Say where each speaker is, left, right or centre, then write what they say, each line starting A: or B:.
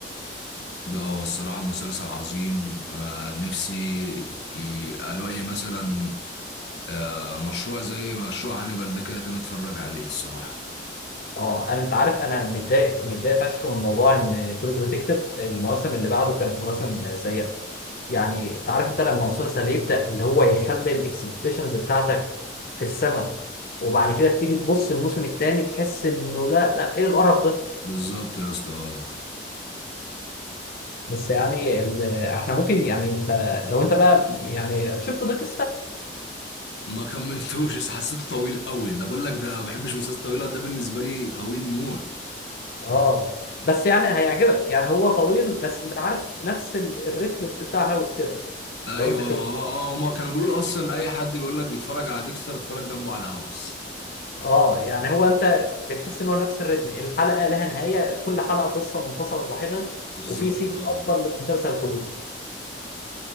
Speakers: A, on the left (about 70°); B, on the left (about 55°).
A: ده هو الصراحه مسلسل عظيم آه نفسي ي- الاقي مثلا آه مشروع زي مشروع هانيبال ده كده تاني اتفرج عليه الصراحه
B: اه انا انت عارف انا متضايق متضايق فشخ من موضوع ان ترو ديتكتيف المواسم اللي بعده كانت مواسم سيئه يعني انت عارف انت لما مسلسل يبدا اللي هو يخلي الاكسبكتيشنز بتاعتك في السماء وبعد كده تيجي تبص الموسم الثاني تحس انه لا لا ايه القرف ده
A: بالظبط يا اسطى
B: بس يعني ال... احنا ممكن يعني انت لو انت بقى يعني شفت دارك
A: ما كملتوش بس حسيته طويل قوي انا بقول لك ده ما بحبش المسلسلات الطويله ده بالنسبه لي طويل موت
B: اه بس يعني هيعجبك يعني هو طويل بس انت عارف نفس ال- الريتم بتاع هاوس كده
A: ايوه
B: لو انت
A: ما
B: شفته
A: هو اه ما كانوا بيقولوا اصلا اي حد بيقول لك بيتفرج على ديكستر اتفرج جنبه على هاوس
B: اه يعني هو انت بتحس ان هو نفس الريتم الحلقه لها نهايه كل حلقه قصه منفصله لوحدها
A: بالظبط
B: وفي سيت
A: اه
B: اكبر من المسلسل كله